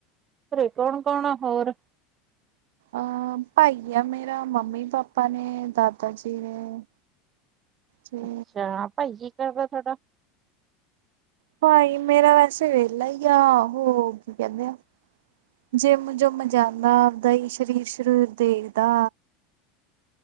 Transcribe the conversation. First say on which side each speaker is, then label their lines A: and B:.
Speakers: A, on the right; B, on the right.
A: ਘਰੇ ਕੌਣ-ਕੌਣ ਆ, ਹੋਰ?
B: ਅਹ ਭਾਈ ਆ ਮੇਰਾ, ਮੰਮੀ-ਪਾਪਾ ਨੇ, ਦਾਦਾ ਜੀ ਨੇ। ਤੇ
A: ਅੱਛਾ। ਭਾਈ ਕੀ ਕਰਦਾ ਤੁਹਾਡਾ?
B: ਭਾਈ ਮੇਰਾ ਵੈਸੇ ਵਿਹਲਾ ਈ ਆ, ਹੋ, ਕੀ ਕਹਿੰਦੇ ਆ ਜਿੰਮ-ਜਮ ਜਾਂਦਾ ਆਪਦਾ ਹੀ, ਸ਼ਰੀਰ-ਸ਼ੁਰੀਰ ਦੇਖਦਾ।